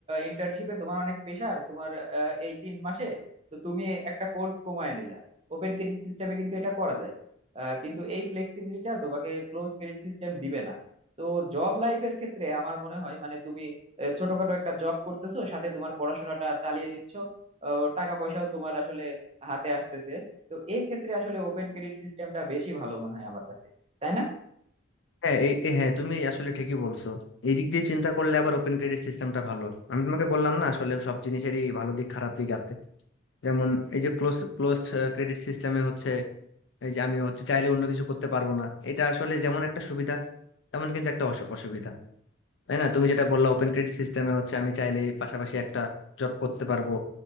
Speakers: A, on the right; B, on the left.
A: ইন্টার্নশিপে তোমার অনেক প্রেশার তোমার আহ, এই তিন মাসে তো তুমি একটা কোর্স কমায় নিলা ওপেন ক্রেডিট সিস্টেমে কিন্তু এটা করা যায় আহ, কিন্তু এই ফ্লেক্সিবিলিটিটা তোমাকে ক্লোজ ক্রেডিট সিস্টেম দিবে না তো জব লাইফের ক্ষেত্রে আমার মনে হয় মানে তুমি আহ, ছোটখাটো একটা জব করতেছো সাথে তোমার পড়াশোনাটা চালিয়ে নিচ্ছ আহ, টাকা পয়সাও তোমার আসলে হাতে আসতেছে তো এক্ষেত্রে আসলে ওপেন ক্রেডিট সিস্টেমটা বেশি ভালো মনে হয় আমার কাছে তাই না
B: হ্যাঁ এই এই- হ্যাঁ তুমি আসলে ঠিকই বলছো এই দিক দিয়ে চিন্তা করলে আবার ওপেন ক্রেডিট সিস্টেমটা ভালো আমি তোমাকে বললাম না আসলে সব জিনিসেরই ভালো দিক খারাপ দিক আছে যেমন এই যে ক্লোজ ক্লোজ ক্রেডিট সিস্টেমে হচ্ছে এই যে আমি হচ্ছে চাইলে অন্য কিছু করতে পারবো না এটা আসলে যেমন একটা সুবিধা তেমন কিন্তু একটা অসু- অসুবিধা তাই না তুমি যেটা বললা ওপেন ক্রেডিট সিস্টেমে হচ্ছে আমি চাইলে পাশাপাশি একটা জব করতে পারবো